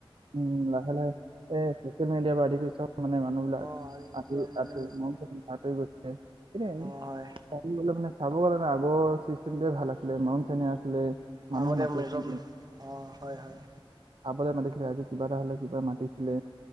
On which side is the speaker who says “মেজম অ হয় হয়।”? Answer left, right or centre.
Right